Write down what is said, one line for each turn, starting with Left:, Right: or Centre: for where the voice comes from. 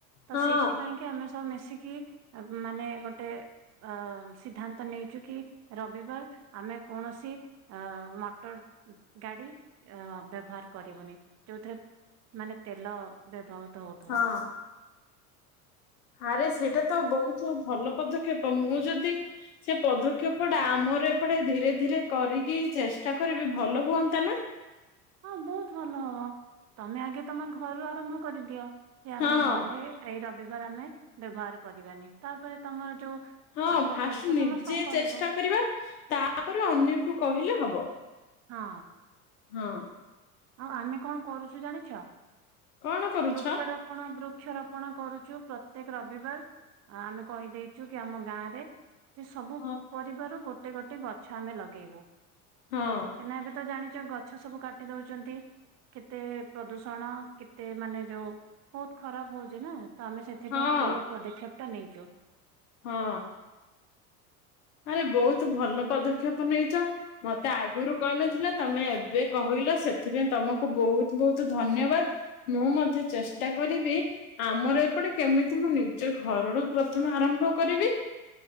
Right: ତ
Left: ହଁ
Right: ସେଇଥିପାଇଁ କି ଆମେ ସ ସବୁ ମିଶିକି ମାନେ ଗୋଟେ ଅ ସିଦ୍ଧାନ୍ତ ନେଇଚୁ କି ରବିବାର ଆମେ କୌଣସି ଆ ମଟର ଗାଡ଼ି ଆ ବ୍ୟବ କରିବନି ଯୋଉଥିରେ ମାନେ ତେଲ ବ୍ୟବହୃତ ହଉଥିବ।
Left: ହଁ ଆରେ ସେଇଟା ତ ବହୁତ ଭଲ ପଦକ୍ଷେପ ମୁଁ ଯଦି ସେ ପଦକ୍ଷେପ ଟା ଆମ ମୋର ଏପଟେ ଧୀରେ ଧୀରେ କରିକି ଚେଷ୍ଟା କରିବି ଭଲ ହୁଅନ୍ତା ନା
Right: ହଁ ବହୁତ ଭଲ ହବ ତମେ ଆଗେ ତମ ଘରୁ ଆରମ୍ଭ କରିଦିଅ। ସେ ଆମ
Left: ହଁ।
Right: ଘରେ ଏଇ ରବିବାର ଆମେ ବ୍ୟବହାର କରିବାନି ତାପରେ ତମର ଯୋଉ
Left: ହଁ
Right: ପାଖ
Left: ଫାଷ୍ଟ
Right: ପଡିଶା
Left: ନିଜେ
Right: ସମସ୍ତଙ୍କୁ କହିବ
Left: ଚେଷ୍ଟା କରିବା ତାପରେ ଅନ୍ୟକୁ କହିଲେ ହବ।
Right: ହଁ।
Left: ହଁ।
Right: ଆଉ ଆମେ ଙ୍କ କରୁଚୁ ଜାଣିଛ
Left: କଣ କରୁଛ?
Right: ବୃକ୍ଷରୋପଣ ବୃକ୍ଷରୋପଣ କରୁଚୁ ପ୍ରତ୍ୟେକ ରବିବାର ଆମେ କହିଦେଇଚୁ କି ଆମ ଗାଁରେ ସବୁ
Left: ହଁ
Right: ପରିବାର ଗୋଟେ ଗୋଟେ ଗଛ ଆମେ ଲଗେଇବୁ
Left: ହଁ
Right: କାହିଁକିନା ଏବେ ତ ଯଉ ଗଛ ସବୁ କାଟି ଦଉଚନ୍ତି କେତେ ପ୍ରଦୂଷଣ ତେ ମାନେ ଯୋଉ ବହୁତ ଖରାପ ହଉଚି ନା ତ ଆମେ ସେଥିପାଇଁ
Left: ହଁ
Right: ଏଇ ପଦକ୍ଷେପ ଟା ନେ <inaudible>
Left: ହଁ। ଆରେ ବହୁତ ଭଲ ପଦକ୍ଷେପ ନେଇଚ ମତେ ଆଗରୁ କହିନଥିଲା ତମେ ଏବେ କହି ହିଲ ସେଥିପାଇଁ ତମକୁ ବହୁତ ବହୁତ ଧନ୍ୟବାଦ ମୁଁ ମ୍ ଜଉ ଚେଷ୍ଟା କରିବି ଆମର ସେପଟେ କେମିତି ମୁଁ ନିଜ ଘର ରୁ ପ୍ରଥମେ ଆରମ୍ଭ କରିବି?